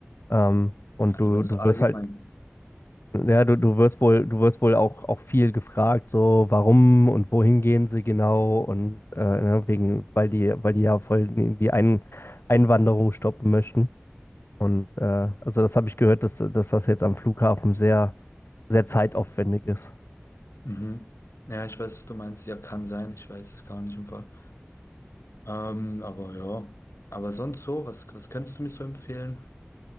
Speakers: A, on the left (about 60°); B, on the left (about 80°).
A: Ähm, und
B: Also
A: du,
B: nur so
A: du
B: allgemein.
A: wirst halt, ja, du, du wirst wohl, du wirst wohl auch, auch viel gefragt, so warum und wohin gehen sie genau und äh, ne, wegen, weil die, weil die ja voll die die Ein Einwanderung stoppen möchten. Und äh, also das habe ich gehört, dass, dass das jetzt am Flughafen sehr, sehr zeitaufwendig ist.
B: Mhm. Ja, ich weiß, was du meinst. Ja, kann sein. Ich weiß es gar nicht im Fall. Ähm, aber ja. Aber sonst so, was, was könntest du mir so empfehlen?